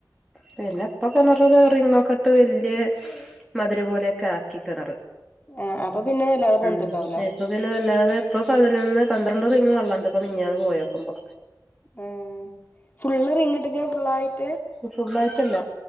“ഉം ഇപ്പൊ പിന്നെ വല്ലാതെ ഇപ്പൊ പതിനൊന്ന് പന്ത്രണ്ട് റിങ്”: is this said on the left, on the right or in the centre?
Centre